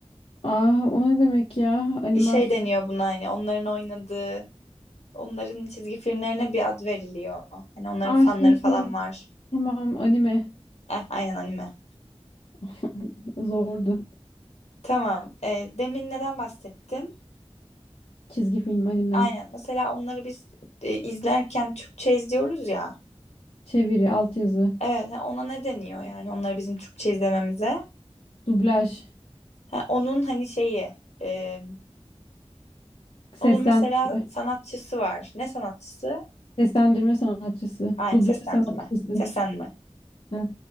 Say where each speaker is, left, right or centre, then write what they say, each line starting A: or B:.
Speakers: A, on the left (about 60°); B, on the left (about 80°).
A: ah, o ne demek ya? Animasyon.
B: Bir şey deniyor buna hani onların oynadığı Onların çizgi filmlerine bir ad veriliyor. Hani onların
A: Aa
B: fanları
A: şey
B: falan
A: şey.
B: var.
A: Tamam anime.
B: Eh, aynen anime.
A: <laughs> Zordu.
B: Tamam. Ee, demin neden bahsettim?
A: Çizgi film anime.
B: Aynen. Mesela onları biz e, izlerken Türkçe izliyoruz ya.
A: Çeviri, altyazı.
B: Evet, ha, ona ne deniyor yani onları bizim Türkçe izlememize?
A: Dublaj,
B: Ha, onun hani şeyi, e,
A: seslendirme,
B: onun mesela sanatçısı var. Ne sanatçısı?
A: seslendirme sanatçısı,
B: Aynen
A: dublaj
B: seslendirme.
A: sanatçısı.
B: Seslendirme.
A: Heh,